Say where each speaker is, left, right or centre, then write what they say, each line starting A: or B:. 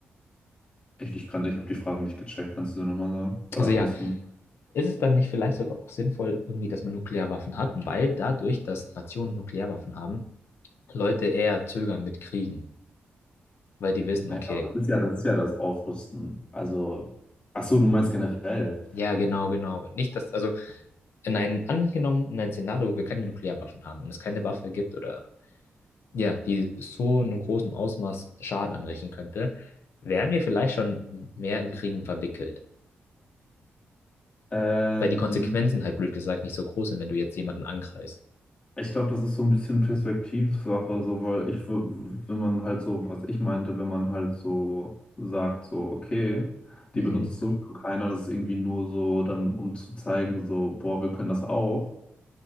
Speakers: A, on the left (about 30°); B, on the left (about 75°).
A: echt, ich kann, ich habe die Fragen nicht gecheckt, kannst du dir nochmal sagen? Oder
B: Also
A: andersrum.
B: ja, ist es dann nicht vielleicht sogar auch sinnvoll, irgendwie, dass man Nuklearwaffen hat, weil dadurch, dass Nationen Nuklearwaffen haben, Leute eher zögern mit Kriegen, weil die wissen,
A: Naja,
B: okay,
A: aber das ist ja, das ist ja das Aufrüsten. Also, ach so, du meinst generell.
B: ja, genau, genau. Nicht, dass, also in einem, angenommen, in einem Szenario, wo wir keine Nuklearwaffen haben und es keine Waffe gibt oder ja, die so in einem großen Ausmaß Schaden anrichten könnte, wären wir vielleicht schon mehr in Kriegen verwickelt.
A: Ähm,
B: weil die Konsequenzen halt blöd gesagt nicht so groß sind, wenn du jetzt jemanden angreifst.
A: Ich glaube, das ist so ein bisschen Perspektivsache, so, weil ich, wür- wenn man halt so, was ich meinte, wenn man halt so sagt, so, okay,
B: Mhm.
A: die benutzt sowieso keiner, das ist irgendwie nur so, dann, um zu zeigen, so, boah, wir können das auch,